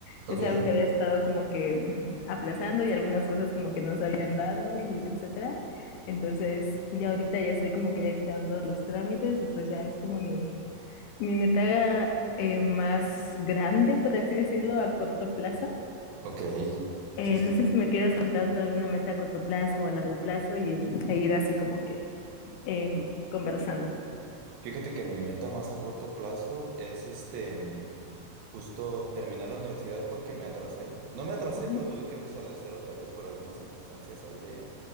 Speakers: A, on the left; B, on the right.
A: Es
B: Ok.
A: algo que había estado como que mm, aplazando y algunas cosas como que no se habían dado y etcétera. Entonces, ya ahorita ya estoy como que ya iniciaron todos los trámites y pues ya es como mi, mi meta eh, más grande, por así decirlo, a corto plazo.
B: Ok,
A: Eh,
B: sí, sí.
A: no sé si me quieras contar tú alguna meta a corto plazo o a largo plazo y, e ir así como que em, conversando.
B: Fíjate que mi meta más a corto plazo es este, mm, justo terminar la universidad porque me atrasé. No me atrasé,
A: Ujú.
B: pero tuve que empezar de cero otra vez por algunas circunstancias ahí de,